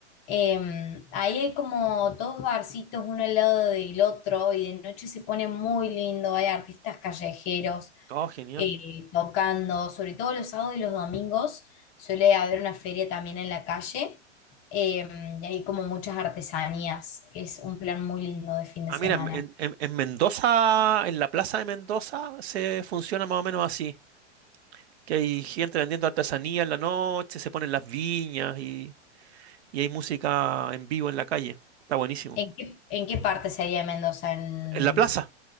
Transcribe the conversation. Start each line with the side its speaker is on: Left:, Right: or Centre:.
Left: Em, ahí hay como dos barcitos uno al lado del otro y de noche se pone muy lindo, hay artistas callejeros
Right: Oh, genial.
Left: eh, tocando, sobre todo los sábados y los domingos suele haber una feria también en la calle em, y hay como muchas artesanías, es un plan muy lindo de fin de
Right: Ah,
Left: semana.
Right: mira, en, en- en Mendoza, en la plaza de Mendoza, se funciona más o menos así. que hay gente vendiendo artesanía en la noche, se ponen las viñas y, y hay música en vivo en la calle. Está buenísimo.
Left: ¿En qué, en qué parte sería de Mendoza? En,
Right: En la plaza.